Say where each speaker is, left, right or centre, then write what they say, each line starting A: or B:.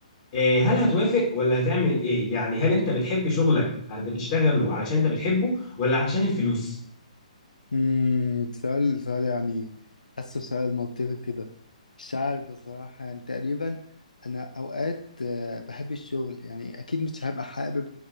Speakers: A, on the left; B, on the left.
A: آه، هل هتوافق ولا هتعمل ايه يعني هل انت بتحب شغلك آه، بتشتغله علشان انت بتحبه ولا علشان الفلوس
B: امم سؤال سؤال يعني حاسه سؤال منطقي كده مش عارف بصراحة يعني تقريبا أنا أوقات آه، بحب الشغل يعني أكيد مش هبقى حابب